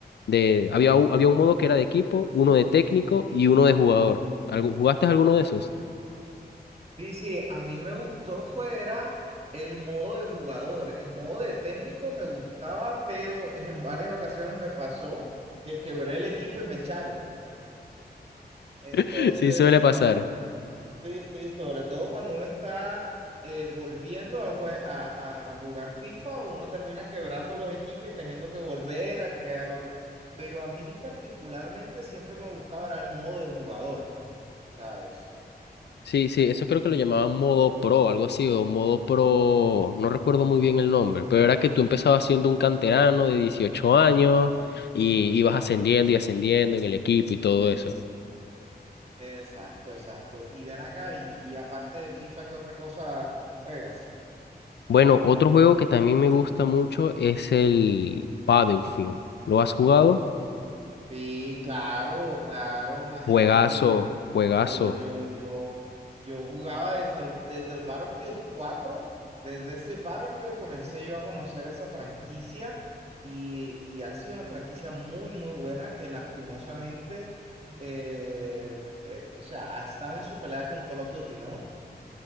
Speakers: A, on the left; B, on the right.
A: De, había, u- había un modo que era de equipo, uno de técnico y uno de jugador. ¿Algo- ¿Jugaste alguno de esos?
B: Sí, sí, a mí me gustó fuera el modo de jugador. El modo de técnico me gustaba, pero <laughs> en varias ocasiones me pasó que quebré el equipo y me echaron. Entonces,
A: <laughs> Sí, suele pasar.
B: sí, sí, sobre todo cuando uno está eh, volviendo al jue- a, a- a jugar FIFA, uno termina quebrando los equipos y teniendo que volver a crear otro. Pero a mí particularmente siempre me gustaba era el modo de jugador, ¿sabes?
A: Sí, sí, eso creo que lo llamaban modo pro, algo así, o modo pro, no recuerdo muy bien el nombre, pero era que tú empezabas siendo un canterano de 18 años y ibas ascendiendo y ascendiendo en el equipo y todo eso.
B: Exacto, exacto. Y ven acá, y, y aparte de FIFA, ¿qué otra cosa juegas?
A: Bueno, otro juego que también me gusta mucho es el Battlefield. ¿Lo has jugado?
B: Sí, claro, claro, imagínate
A: Juegazo,
B: tú, yo,
A: juegazo.
B: yo, yo, yo, yo jugaba desde el, desde el Battlefield cuatro. desde ese Battlefield comencé yo a conocer esa franquicia y, y ha sido una franquicia muy, muy buena que lastimosamente, eh, eh, o sea, ha estado en su pelea con Call of Duty, ¿no?